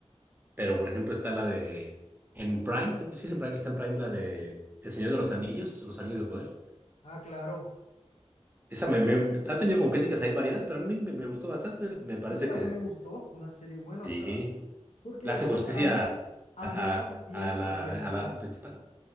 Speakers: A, on the right (about 15°); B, on the left (about 85°).
A: pero por ejemplo está la de, en Prime, creo que sí es en Prime, está en Prime la de El Señor de los Anillos, Los Anillos de Poder.
B: Ah, claro.
A: Esa me, me- ha tenido como críticas ahí variadas, pero a mí me, me gustó bastante. Me parece
B: A mí también
A: que
B: me gustó, fue una serie buena,
A: sí,
B: o sea, porque
A: le hace
B: o sea,
A: justicia
B: para mí ambienta
A: a, a-
B: muy bien
A: a la,
B: la- el escenario.
A: a la principal.